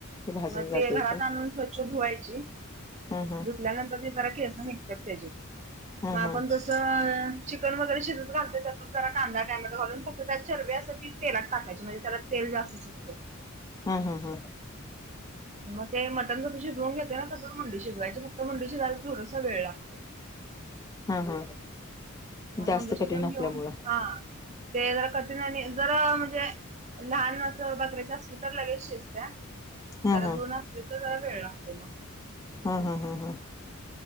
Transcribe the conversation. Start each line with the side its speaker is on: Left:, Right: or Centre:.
Left: ते भाजून
Right: मग
Left: जाते
Right: ते घरात
Left: काय
Right: आणून स्व छ धुवायची
Left: हा हा
Right: धुतल्यानंतर ते जरा केस निघत्यात त्याची
Left: हा
Right: मग आपण
Left: हा
Right: जस चिकन वगैरे शिजत घालतोय तस जरा कांदा टामॅटो घालून फक्त त्यात चरबी असत्या ती तेलात टाकायची म्हणजे त्याला तेल जास्त सुुटतय
Left: हा हा हा
Right: आणि मग ते मटन कसं शिजवून घेतोय ना तसच मुंडी शिजवायची फक्त मुंडी शिजायला थोडासा वेळ लागतोय
Left: हा हा जास्त
Right: मुंडी शिजून
Left: कठीण असल्यामुळं
Right: घेऊन हा ते जरा कठीण आहे आणि जरा म्हणजे लहान असं बकऱ्याच असली तर लगेच शिजतय
Left: हा
Right: जरा
Left: हा
Right: जून असली तर जरा वेळ लागतोय म
Left: हा हा हा हा